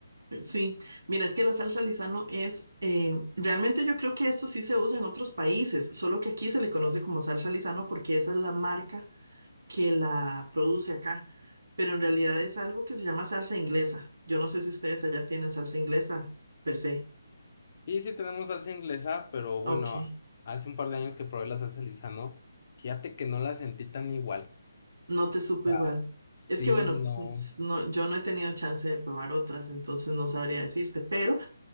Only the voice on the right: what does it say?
Sí, mira, es que la salsa Lizano es, eh, realmente yo creo que esto sí se usa en otros países, solo que aquí se le conoce como salsa Lizano porque esa es la marca que la produce acá, pero en realidad es algo que se llama salsa inglesa. Yo no sé si ustedes allá tienen salsa inglesa per se.
Ok,
no te supo
igual.
Es que bueno,
s- no, yo no he tenido chance de probar otras, entonces no sabría decirte, pero...